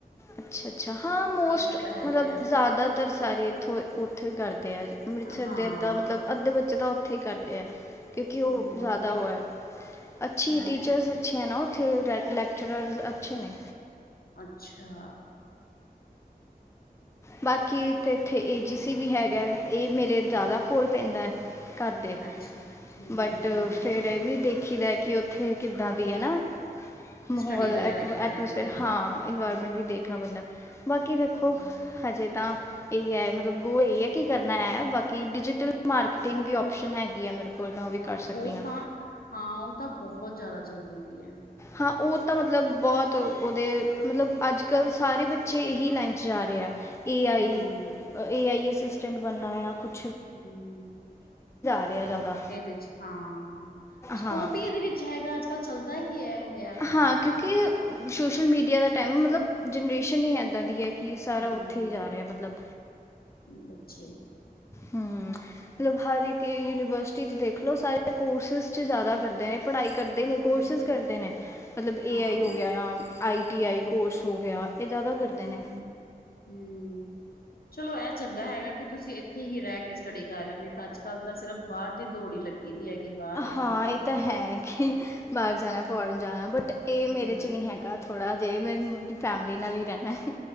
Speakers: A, on the left (about 15°); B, on the left (about 70°).
A: ਅੱਛਾ ਅੱਛਾ, ਹਾਂ ਮੋਸਟ
B: ਕੀਤਾ ਹੈਗਾ
A: ਮਤਲਬ
B: ਆ
A: ਜ਼ਿਆਦਾਤਰ ਸਾਰੇ ਇਥੋਂ ਉੱਥੋਂ ਕਰਦੇ ਆ ਅੰਮ੍ਰਿਤਸਰ
B: ਹਾਂ
A: ਦੇ ਅੱਧਾ ਮਤਲਬ ਅੱਧੇ ਬੱਚੇ ਦਾ ਇਥੇ ਕਰਦੇ ਆ, ਕਿਉਂਕਿ ਉਹ
B: ਹਮ
A: ਜ਼ਿਆਦਾ ਉਹ ਹੈ ਅੱਛੀ
B: ਹਮ
A: ਟੀਚਰਸ ਅੱਛੇ ਹੈ ਨਾ ਉੱਥੇ ਲੈਕਚਰਰ ਅੱਛੇ ਨੇ,
B: ਅੱਛਾ,
A: ਬਾਕੀ ਇੱਕ ਇੱਥੇ ਏ ਜੀ ਸੀ ਵੀ ਹੈਗਾ ਇਹ ਮੇਰੇ ਜ਼ਿਆਦਾ ਕੋੋਲ ਪੈਂਦਾ ਹੈ। ਕਰਦੇ
B: ਅੱਛਾ ਹਮ
A: ਬਟ
B: ਹਮ ਹਮ
A: ਫੇਰ ਇਹ ਵੀ ਦੇਖ। ਦੇਖੀ ਦਾ ਕਿ ਉੱਥੇ ਕਿੱਦਾਂ ਦੀ ਹੈ ਨਾ ਮਾਹੌਲ
B: ਸਟੱਡੀ ਵਗੈਰਾ ਕਿੱਦਾਂ
A: ਐਟਮੋਸਫੇਅਰ
B: ਦੀ ਹੈ
A: ਹਾਂ ਇਨਵਾਇਰਮੈਂਟ
B: ਹਾਂ
A: ਵੀ ਦੇਖਣਾ ਪੈਂਦਾ ਬਾਕੀ ਦੇਖੋ।
B: ਹਮ
A: ਤਾਂ ਇਹ ਹੈ ਮਤਲਬ ਗੋ ਇਹ ਹੈ ਕਿ ਕਰਨਾ ਹੈ ਬਾਕੀ ਡਿਜੀਟਲ ਮਾਰਕੀਟਿੰਗ ਵੀ ਆਪ ਔਪਸ਼ਨ ਹੈਗੀ ਹੈ ਮੇਰੇ ਕੋਲ ਮੈਂ ਉਹ ਵੀ ਕਰ ਸਕਦੀ
B: ਉਹ
A: ਹਾਂ
B: ਤਾਂ ਹਾਂ ਉਹ ਤਾਂ ਬਹੁਤ ਜ਼ਿਆਦਾ ਚੱਲਦੀ ਤ ਹੈ
A: ਹਾਂ ਉਹ ਤਾਂ ਮਤਲਬ ਬਹੁਤ ਉਹਦੇ ਮਤਲਬ ਅੱਜ ਕੱਲ੍ਹ ਸਾਰੇ ਬੱਚੇ ਇਹੀ ਲਾਈਨ ਚ ਜਾ ਰਹੇ ਆ ਏ ਆਈ
B: ਹਮ
A: ਏ ਆਈ ਈ <inaudible> ਬਣਨਾ ਆ ਕੁਛ
B: ਹੂੰ
A: ਰਹੇ ਆ ਜ਼ਿਆਦਾ
B: ਇਹਦੇ ਚ ਹਾਂ ਸਕੋਪ
A: ਹਾਂ
B: ਹੀ ਇਹਦੇ ਵਿੱਚ ਹੈਗਾ ਅੱਜ ਕੱਲ੍ਹ ਚੱਲਦਾ ਹੀ ਹੈ ਪਿਆ ਵੈ
A: ਹਾਂ ਕਿਉਂਕਿ ਸੋਸ਼ਲ ਮੀਡੀਆ ਦਾ ਟਾਈਮ ਮਤਲਬ ਜਨਰੇਸ਼ਨ ਹੀਂ ਇੱਦਾਂ ਦੀ ਹੈ ਕੀ ਸਾਰਾ
B: ਹਮ
A: ਉੱਥੇ ਹੀ ਜਾ ਰਿਹਾ ਮਤਲਬ
B: ਬੱਚੇ
A: ਹੂੰ‌ ਮਤਲਬ ਹਰ ਇੱਕ ਯੂਨੀਵਰਸਿਟੀ ਚ ਦੇਖਲਓ ਸਾਰੇ ਕੋਰਸਿਸ ਚ ਜ਼ਿਆਦਾ ਕਰਦੇ ਨੇ ਪੜ੍ਹਾਈ ਕਰਦੇ
B: ਹੂੰ,
A: ਨੇ ਕੋਰਸ਼ਿਸ ਕਰਦੇ ਨੇ ਮਤਲਬ ਏ
B: ਹਾਂ,
A: ਆਈ ਹੋ ਗਿਆ ਆਈ ਟੀ ਆਈ ਕੋਰਸ ਹੋ ਗਿਆ ਇਹ ਜ਼ਿਆਦਾ
B: ਹੂੰ,
A: ਕਰਦੇ ਨੇ
B: ਹੂੰ ਚਲੋ ਇਹ ਚਾ ਚੰਗਾ ਹੈਗਾ ਕਿ ਤੁਸੀਂ ਇੱਥੇ ਹੀ ਰਹਿ ਕੇ ਸਟੱਡੀ ਕਰ ਰਹੇ ਹੋ ਅੱਜ ਕੱਲ੍ਹ ਤਾਂ ਸਿਰਫ ਬਾਹਰ ਦੀ ਦੌੜ ਹੀ ਲੱਗੀ ਦੀ ਹੈਗੀ ਬਾਹਰ ਜਾਣਾ
A: ਹਾਂ ਇਹ
B: ਬਾਹਰ
A: ਤਾਂ ਹੈ ਕਿ ਬਾਹਰ ਜਾਣਾ ਫੋਰਨ ਜਾਣਾ ਬਟ ਇਹ
B: ਹੂੰ,
A: ਮੇਰੇ ਚ ਨਹੀਂ ਹੈਗਾ ਥੋੜ੍ਹਾ ਜਿਹੇ ਮੈਂ ਫੈਮਿਲੀ ਨਾਲ ਹੀ ਰਹਿਣਾ ਹੈ।